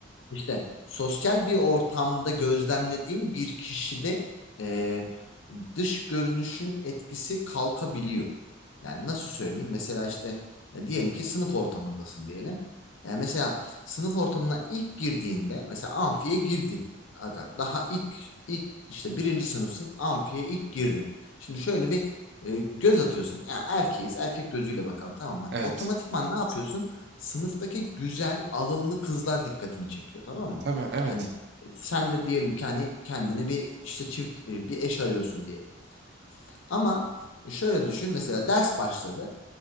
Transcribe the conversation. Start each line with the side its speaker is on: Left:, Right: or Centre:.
Left: İşte sosyal bir ortamda gözlemlediğim bir kişide e, dış görünüşün etkisi kalkabiliyor. Yani nasıl söyleyeyim? Mesela işte e, diyelim ki sınıf ortamındasın diyelim. Yani mesela sınıf ortamına ilk girdiğinde mesela amfiye girdin. Aga, daha ilk ilk işte birinci sınıfsın amfiye ilk girdin. Şimdi şöyle bir e, göz atıyorsun. Ya erkeğiz erkek gözüyle bakalım tamam mı?
Right: Evet.
Left: Otomatikman ne yapıyorsun? sınıftaki güzel, alımlı kızlar dikkatini çekiyor tamam mı?
Right: Tabii evet.
Left: Hani sen de diyelim ki hani kendine bir işte çift e, bir eş arıyorsun diyelim. Ama şöyle düşün mesela ders başladı